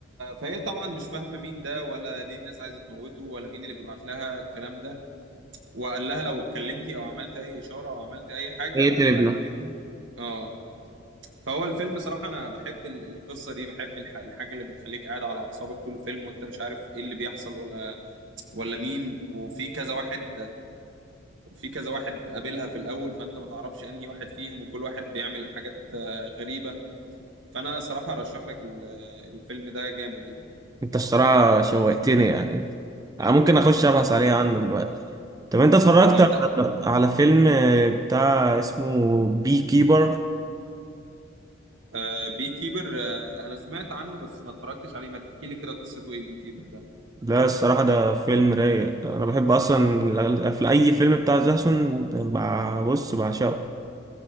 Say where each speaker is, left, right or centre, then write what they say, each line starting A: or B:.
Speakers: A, on the right; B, on the right.
A: فهي طبعا مش فاهمه مين ده ولا ليه الناس عايزه تموته ولا مين اللي بيبعت لها الكلام ده وقال لها لو اتكلمتي او عملت اي اشاره او عملت اي حاجه
B: ايه
A: انا
B: تلبنا
A: هقتل ابني اه فهو الفيلم صراحه انا بحب ال- القصه دي بحب الح... الحاجه اللي بتخليك قاعد على اعصابك طول الفيلم وانت مش عارف ايه اللي بيحصل ولا ولا مين وفي كذا واحد وفي كذا واحد قابلها في الاول فانت ما تعرفش انهي واحد فيهم وكل واحد بيعمل حاجات آه، غريبه فانا صراحه ارشح لك ال- الفيلم ده جامد يعني
B: انت الصراحه شوقتني يعني آه، ممكن اخش ابحث عليه عنه دلوقتي طب انت اتفرجت
A: انت
B: على على فيلم آه، بتاع اسمه بي كيبر
A: آه بي كيبر آه انا سمعت عنه بس ما اتفرجتش عليه ما تحكي لي كده قصته ايه بي كيبر ده
B: لا الصراحة ده فيلم رايق أنا بحب أصلا الأغل- في أي فيلم بتاع جاسون بع- بص بعشقه